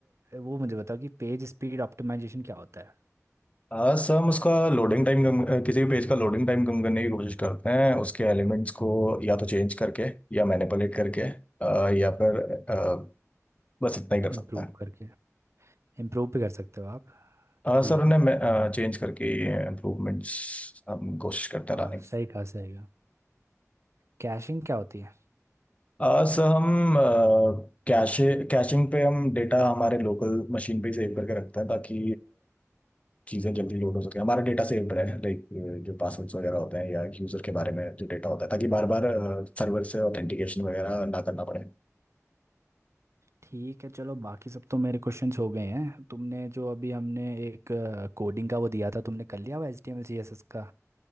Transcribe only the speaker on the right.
वो मुझे बताओ कि पेज स्पीड ऑप्टिमाइजेशन क्या होता है
इम्प्रूव
करके इम्प्रूव भी कर सकते हो आप
ठीक
है
हाँ
सही कहा सही कहा कैशिंग क्या होती है
ठीक है चलो बाकी सब तो मेरे क्वेश्चंस हो गए हैं तुमने जो अभी हमने एक कोडिंग का वो दिया था तुमने कर लिया हुआ H T M L C S S का